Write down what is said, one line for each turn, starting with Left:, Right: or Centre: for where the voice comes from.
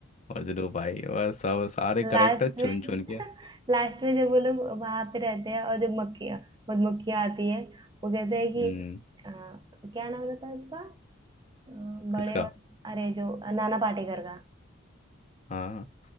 Left: मजनू भाई और सब सारे
Right: लास्ट
Left: करेक्टर चुन
Right: में
Left: चुन
Right: <laughs>
Left: के
Right: लास्ट में जब वो लोग वहां पे रहते हैं और जब मक्खियाँ मधुमक्खियाँ आती है वो कहते हैं कि
Left: हम्म
Right: अ, क्या नाम रहता है उसका अ, बड़े
Left: किसका
Right: वाले- अरे जो नाना पाटेकर का
Left: हाँ